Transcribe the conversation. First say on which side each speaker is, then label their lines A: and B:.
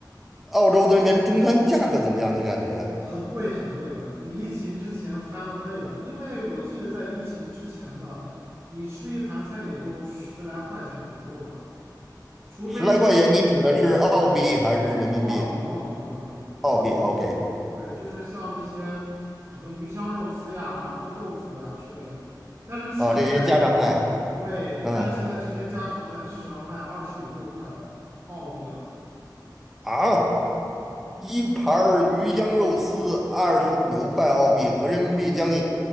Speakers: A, in the centre; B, on the right (about 25°).
A: 澳洲那边中餐价格怎么样？你感觉
B: 很贵很贵的，比疫情之前翻了倍了。因为我记得在疫情之前的，你吃一盘菜也就十来块钱左右吧，除非说你
A: 十来块钱，你指的是澳币还是人民币？
B: 澳币，澳币，澳币。
A: 澳币，OK，
B: 对，就是像那些什么鱼香肉丝呀、麻婆豆腐呀之类的。但是现在你，
A: 啊，这些家常菜，
B: 对，
A: 嗯。
B: 但是现在这些家常菜至少要卖二十五六块澳币了。
A: 啊，一盘儿鱼香肉丝二十五六块澳币，合人民币将近